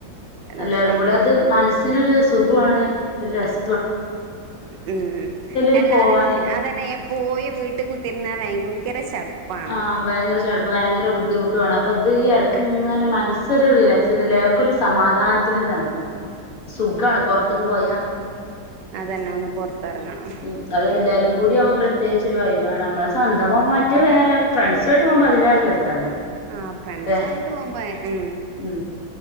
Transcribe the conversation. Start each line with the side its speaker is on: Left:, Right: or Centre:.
Right: രസാണ്
Left: എല്ലാരും കൂടി അത് മന സ്സിനൊരു സുഖാണ് രസ
Right: ഉം
Left: ഒരു
Right: അല്ലാതെ
Left: പോവാനേ
Right: അതന്നെ എ പോയി വീട്ടിൽ കുത്തിരുന്ന ഭയങ്കര ചെറുപ്പാണ്
Left: ആഹ് ഭയങ്കര ചെടപ്പ് ഭയങ്കര ബുദ്ധിമുട്ടുണ് അപ്പോൾ ഇത് ഈ ഇടക്ക ഇങ്ങനെ മനസ്സൊരു റിലാക്സ്സല്ല ഒക്കെ ഒരു സമാധാനം ഒരിത് ആണ് സുഖാണ് പുറത്തക്ക് പോയാ
Right: അത് തന്നെ ഒന്ന് പുറത്തിറങ്ങണം
Left: ഉം അതെല്ലാരും കൂടി അവ പ്രത്യേകിച്ച് ഒരു വൈബാണ് നമ്മളെ സ്വന്തമാ ത് വേറെ ഫ്രണ്ട്സുയിട്ട് പോകുമ്പോ അതിലേറെ രസാണ്.
Right: ആഹ് ഫ്രണ്ട്സ
Left: ല്ലേ
Right: ആയിട്ട് പോകുമ്പോ ഉം
Left: ഉം